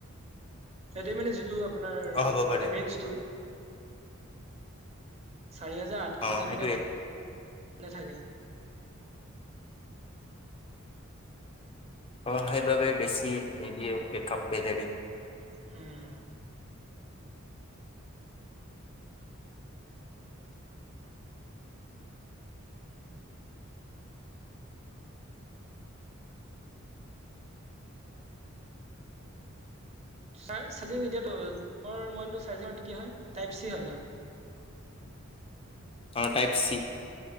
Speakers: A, on the right; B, on the left.
A: সেটো মানে যিটো আপোনাৰ
B: অ', হ'ব পাৰে
A: এমেজটো। চাৰি হাজাৰ আঠশ
B: অ',
A: তেনেকুৱা
B: সেইটোৱে
A: মান নেথাকে-
B: অ সেইবাবে বেছি নিদিয়ে বেকআপ <unintelligible>
A: উম চাৰ্জ চাৰ্জিও এতিয়া তোমাৰ মবাইলটো চাৰ্জিঙ কি হয় টাইপ চি হয় ন
B: অ টাইপ চি